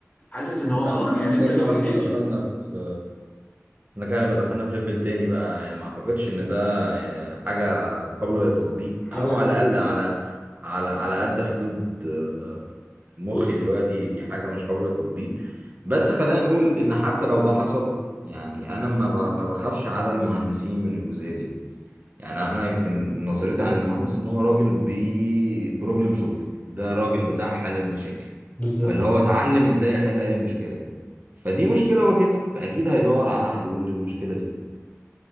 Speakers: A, on the left; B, on the right.
A: حاسس ان هو
B: لا
A: خلاص يعني انت
B: ده كده
A: لو اديته
B: احنا دخلنا في احنا كده هنبقى دخلنا في ليفل تاني بقى يعني ما اعتقدش ان ده حاجة قابلة للتطبيق
A: حاجه
B: او
A: يفكر
B: على الاقل
A: فيها.
B: على على على قد حدود آه، مخي
A: بص
B: دلوقتي دي حاجة مش قابلة للتطبيق بس خلينا نقول ان حتى لو ده حصل يعني انا ما ب- ما بخافش على المهندسين من الجزئية دي يعني انا يمكن نظرتي عن المهندس ان هو راجل بي بروبلم سولفنج ده راجل
A: بالظبط
B: بتاع حل المشاكل
A: بالظبط
B: فاللي هو اتعلم ازاي يحل اي مشكله فدي مشكله واجهته فاكيد هيدور على حلول للمشكله دي